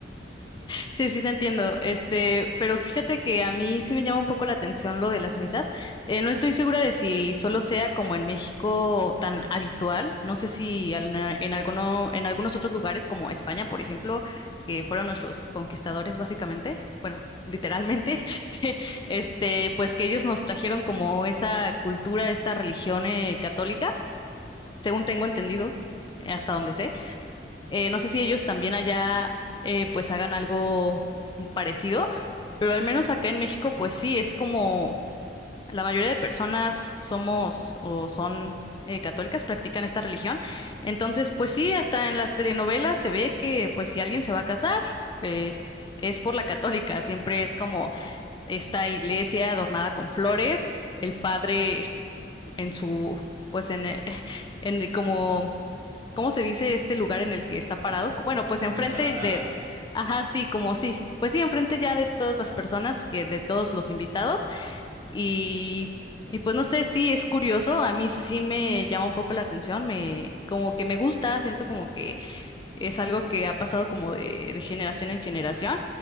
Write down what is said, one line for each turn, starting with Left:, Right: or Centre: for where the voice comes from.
Left: Sí, sí te entiendo. Este, pero fíjate que a mí sí me llama un poco la atención lo de las misas. Eh, no estoy segura de si solo sea como en México tan habitual. No sé si al- en alguno, en algunos otros lugares como España, por ejemplo, que fueron nuestros conquistadores básicamente, bueno, literalmente, <laughs> este, pues que ellos nos trajeron como esa cultura, esta religión eh, católica, según tengo entendido, eh, hasta donde sé. Eh, no sé si ellos también allá eh, pues hagan algo parecido, pero al menos acá en México pues sí, es como la mayoría de personas somos o son eh, católicas, practican esta religión. Entonces pues sí, hasta en las telenovelas se ve que pues si alguien se va a casar, eh, es por la católica, siempre es como esta iglesia adornada con flores, el padre en su pues en, eh, <laughs> en como ¿cómo se dice este lugar en el que está parado? Co- Bueno, pues
Right: en
Left: enfrente
Right: el altar.
Left: de, ajá, sí, como sí, pues sí, enfrente ya de todas las personas, que de todos los invitados y, y pues no sé, sí, es curioso, a mí sí me llama un poco la atención, me, como que me gusta, siento como que es algo que ha pasado como de, de generación en generación.